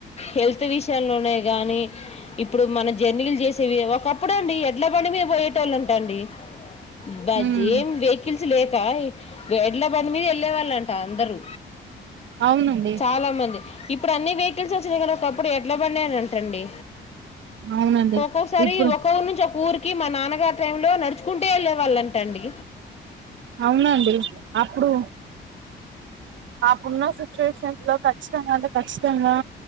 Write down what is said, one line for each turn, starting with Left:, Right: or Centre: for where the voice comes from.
Left: హెల్త్ విషయంలోనే గాని ఇప్పుడు మన జంర్లీ ఒక అప్పుడండి ఎడ్ల బండి మీద పోయేటోలు అంట అండి బజ్
Right: ఉమ్
Left: ఏం వెహికల్స్ లేక ఎడ్ల బండి మీద వెళ్ళే వాళ్ళంట టా అందరూ
Right: అవునండి
Left: చాలా మంది ఇప్ ఇప్పుడు అన్ని వెహికల్స్ వచ్చినయి కానీ ఒకప్పుడు ఎడ్ల బండే అంటండి
Right: అవునండి
Left: ఒక్కోసారి
Right: ఇప్పుడు
Left: ఒకార్ ఊరు నుంచి ఒక ఊరికి మా నాన్నగారి టై లో నడుచుకుంటే వెళ్ళే వాళ్ళం టండి
Right: అవునండి అప్పుడు అప్పుడున్న సిచ్యువేషన్స్ లో ఖచ్చితంగాంట ఖచ్చితం తంగా